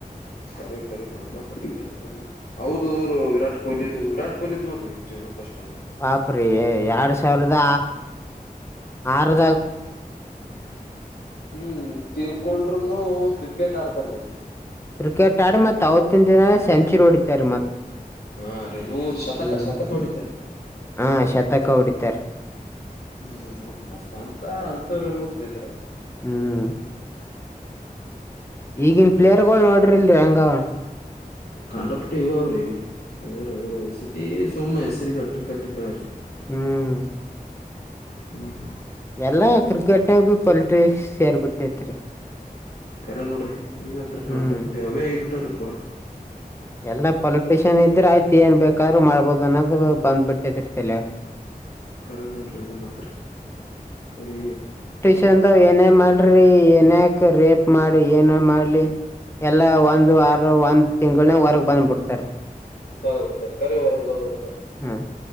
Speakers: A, on the left; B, on the left.
A: ಕರೇಕ್ ರೇಕ್ ಅಂಡಾಪಟ್ಟಿ ಕಷ್ಟತಾರೆ ಅವ್ರದರು ವಿರಾಟ್ ಕೊಹ್ಲಿದು ವಿರಾಟ್ ಕೊಹ್ಲಿದ್ ನೋಡ್ರ ಜೀವನ ಕಷ್ಟ ಅಂದ್ರ
B: ಬಾಪ್ರೀ ಎರಡ್ ಸಾವಿರದ ಆರು
A: ಹ್ಮ್ ತೀರ್ಕೊಂಡರುೂನು ಕ್ರಿಕೆಟ್ ಆಡ್ತಾರೀ
B: ಕ್ರಿಕೆಟ್ ಆಡಿ ಮತ್ ಅವವತ್ತಿನ ದಿನ ಸೆಂಚುರಿ ಹೊಡಿತಾರೆ ಮತ್
A: ಹಾ ರೀ ನೂರ್ ಶತಕ
B: ಹ್ಮ್
A: ಶತಕ ಹೊಡಿತಾರ
B: ಹಾ ಶತಕ ಹೊಡಿತಾರ
A: ಹ್ಮ್ ನೋಡ್ರಿ ಮತ್ತ ಅಂತ ಅಂತವ್ರಲ್ ಕರಿದ್ರು
B: ಹ್ಮ್ ಈಗನ್ ಪ್ಲೇಯರ್ ಗಳು ನೋಡ್ರಿಲ್ರರಿ ಹಂಗವ
A: ಕಂಡಪಟ್ಟ ಇವ ಅವ್ರಿ ಇರು ಈ ಸತಿ ಸುಮ್ಮ ಹೆಸರಿ ಅಟ್ಟಕ್ ಕಟ್ಟಕ್ರಿ
B: ಹ್ಮ್
A: ಹ್ಮ್ ಹ್ಮ್
B: ಎಲ್ಲಾ ಕ್ರಿಕೆಟ್ನಾಗ ಬಿ ಪಾಲಿಟಿಕ್ಸ್ ಸೇರ್ ಬಿಟ್ಟೈತ್ರಿ
A: ಕರೆ ನೋಡ್ರಿ ಈಗಂತರ ಕಂಡಪಟ್ಟಿ
B: ಹ್ಮ್
A: ಅವೇ ಆಗಿ ಬಿಟ್ಟವ್ರಿ ಪೂರಾ
B: ಎಲ್ಲಾ ಪೊಲಿಟಿಷಿಯನ್ ಇದ್ರೆ ಆಯ್ತ ಏನ್ ಬೇಕಾದ್ರು ಮಾಡ್ಬೋದು ಅನ್ನೋದ್ ಬಂದಬಿಟ್ಟದ್ರಿ ತೆಲ್ಯಾಗ
A: ಕರೆ ನೋಡ್ರಿ ಇದು ಮಾತ್ರ ಬರೇ
B: ಚಂದಾವ್ ಏನೇ ಮಾಡ್ರಿ ಏನಯಾಕ ರೇಪ್ ಮಾಡಿ ಏನೇ ಮಾಡ್ಲಿ ಎಲ್ಲಾ ಒಂದ್ ವಾರ ಒಂದ್ ತಿಂಗಳನ ಹೊರಗ್ ಬಂದ್ಬಿಡ್ತಾರೀ
A: ಬಂದ್ಬಿತಡ್ತಾರಿ ಕರೆ ಹೊರ ಬಂದ್ಬಡ್ತಾರಿ
B: ಹ್ಮ್